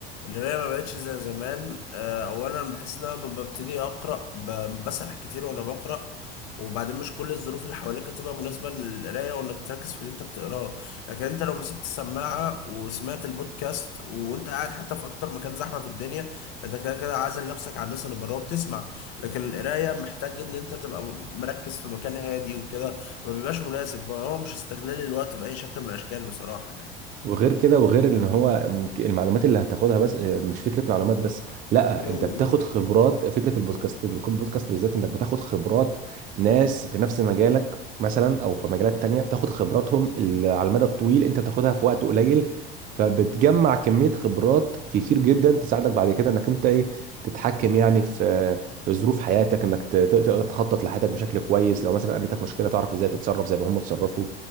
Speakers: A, on the left; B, on the right.
A: القرايه ما بقتش زي زمان آه، اولا بحس ان انا لما ببتدي اقرا ب- بسرح كتير وانا بقرا وبعدين مش كل الظروف اللي حواليك هتبقى مناسبه للقرايه وانك تركز في اللي انت بتقراه لكن انت لو مسكت السماعه وسمعت البودكاست وانت قاعد حتى في اكتر مكان زحمه في الدنيا انت كده كده عازل نفسك عن الناس اللي بره وبتسمع لكن القرايه محتاج ان انت تبقى مركز في مكان هادي وكده ما بيبقاش مناسب هو مش استغلال الوقت باي شكل من الاشكال بصراحه يعني
B: وغير كده وغير ان هو ممك- المعلومات اللي هتاخدها بس آه، مش فكره معلومات بس لا
A: امم
B: انت بتاخد خبرات فكره البودكاست بالكود بودكاست بالذات انك بتاخد خبرات ناس في نفس مجالك مثلا او في مجالات تانية بتاخد خبراتهم ال- على المدى الطويل انت بتاخدها في وقت قليل فبتجمع كميه خبرات كتير جدا تساعدك بعد كده انك انت ايه تتحكم يعني في في ظروف حياتك انك ت- تقدر تخطط لحياتك بشكل كويس لو مثلا قابلتك مشكله تعرف ازاي تتصرف زي ما هم اتصرفوا